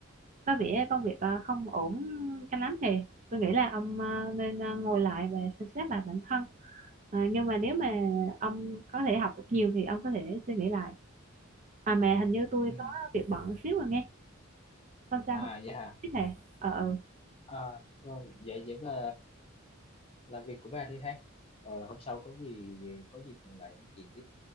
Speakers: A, on the right; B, on the left.
A: có vẻ công việc ờ, không ổn cho lắm thì tôi nghĩ là ông ờ, nên ờ, ngồi lại và xem xét lại bản thân Ờ, nhưng mà nếu mà ông có thể học được nhiều thì ông có thể suy nghĩ lại à mà hình như tôi
B: Ừ.
A: có việc bận xíu rồi nghe không sao
B: à
A: không
B: vậy hả
A: tiếp hệ ờ ừ.
B: à, rồi vậy vậy bà làm việc của bà đi ha rồi hôm sau có gì có dịp mình lại nói chuyện tiếp